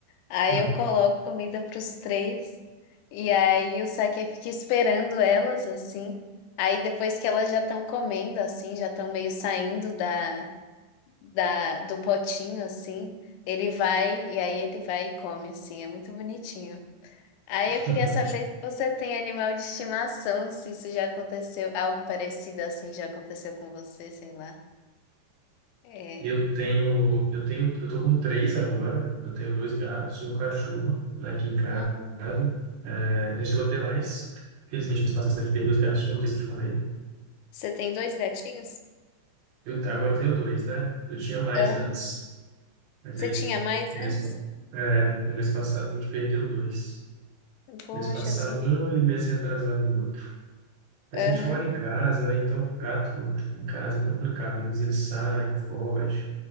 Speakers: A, on the left; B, on the right.
A: Aí
B: uhum.
A: eu coloco comida para os três e aí o saque fica esperando elas assim. Aí depois que elas já estão comendo assim, já estão meio saindo da, da do potinho assim, ele vai e aí ele vai e come assim, é muito bonitinho. Aí
B: <laughs>
A: eu queria saber se você tem animal de estimação, se isso já aconteceu, algo parecido assim já aconteceu com você, sei lá. É.
B: Eu tenho, eu tenho, eu tô com três agora, eu tenho dois gatos e um cachorro, né, aqui em casa.
A: Ah,
B: É, já chegou a ter mais, felizmente, mês passado a gente perdeu dois gatinhos, não sei se eu te falei.
A: Você tem dois gatinhos?
B: Eu, agora eu tenho dois, né? Eu tinha mais
A: Aham.
B: antes, mas
A: Você
B: aí,
A: tinha mais
B: mês,
A: antes?
B: pa- é, no mês passado a gente perdeu dois.
A: Poxa,
B: Mês passado
A: assim.
B: um e mês retrasado outro. Mas a
A: Aham,
B: gente mora em casa, né? Então, gato em casa é complicado. Às vezes eles saem, fogem,